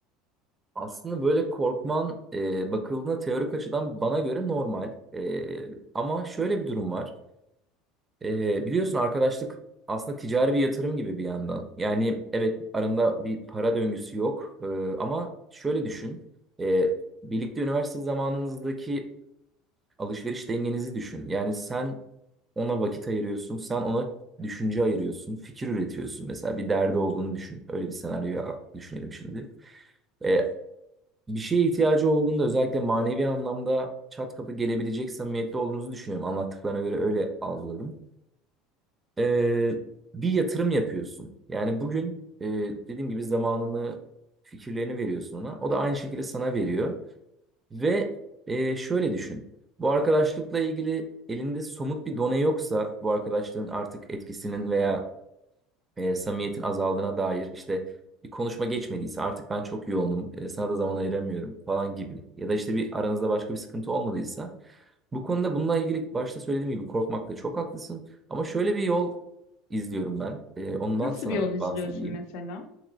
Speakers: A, on the right; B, on the left.
A: Aslında böyle korkman e, bakıldığında teorik açıdan bana göre normal. E, ama şöyle bir durum var. Ee, biliyorsun arkadaşlık aslında ticari bir yatırım gibi bir yandan. Yani evet aranda bir para döngüsü yok Ee, ama şöyle düşün. Ee, birlikte üniversite zamanınızdaki alışveriş dengenizi düşün. Yani sen ona vakit ayırıyorsun, sen ona düşünce ayırıyorsun, fikir üretiyorsun. Mesela bir derdi olduğunu düşün. Öyle bir senaryoyu düşünelim şimdi. Ee, bir şeye ihtiyacı olduğunda özellikle manevi anlamda çat kapı gelebilecek samimiyette olduğunuzu düşünüyorum. Anlattıklarına göre öyle algıladım e, bir yatırım yapıyorsun. Yani bugün e, dediğim gibi zamanını, fikirlerini veriyorsun ona. O da aynı şekilde sana veriyor. Ve e, şöyle düşün. Bu arkadaşlıkla ilgili elinde somut bir done yoksa bu arkadaşlığın artık etkisinin veya e, samimiyetin azaldığına dair işte bir konuşma geçmediyse artık ben çok yoğunum e, sana da zaman ayıramıyorum falan gibi ya da işte bir aranızda başka bir sıkıntı olmadıysa bu konuda bununla ilgili başta söylediğim gibi korkmakta çok haklısın ama şöyle bir yol izliyorum ben E, ondan
B: Nasıl
A: sana
B: bir yol izliyorsun
A: bahsedeyim
B: mesela?